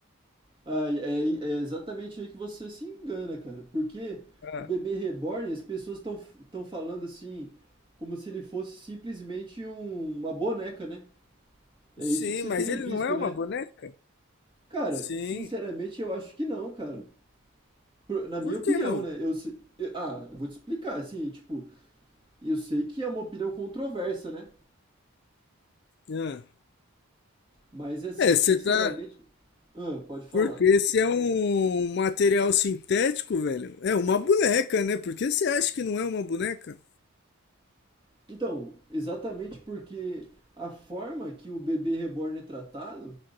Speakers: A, on the right; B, on the left.
A: ah, é, é exatamente aí que você se engana, cara. Porque
B: Ah,
A: o bebê reborn, as pessoas estão estão falando assim, como se ele fosse simplesmente um- uma boneca, né? É
B: sim,
A: isso que você
B: mas
A: tem
B: ele
A: visto,
B: não é uma
A: né?
B: boneca?
A: Cara,
B: Sim.
A: sinceramente eu acho que não, cara. Pro- Na minha
B: Por
A: opinião,
B: que não?
A: né? Eu, se- eu- ah, eu vou te explicar, assim, tipo, eu sei que é uma opinião controversa, né?
B: Ah.
A: Mas assim,
B: É,
A: sinceramente,
B: você tá.
A: ah, pode falar.
B: Porque esse é um material sintético, velho. É uma boneca, né? Por que você acha que não é uma boneca?
A: Então, exatamente porque a forma que o bebê reborn é tratado